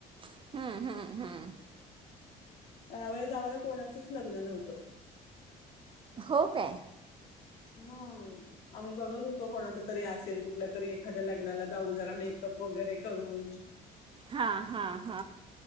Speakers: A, on the right (about 30°); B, on the left (about 70°).
A: हम्म हम्म हम्म
B: यावेळे जावायला कोणाचच लग्न नव्हतं.
A: हो काय
B: हां. आम्ही बघत होतो कोणाच तरी असेल कुठल्या तरी एखाद्या लग्नाला जाऊ जरा मेकअप वगैरे करून
A: हा हा हा.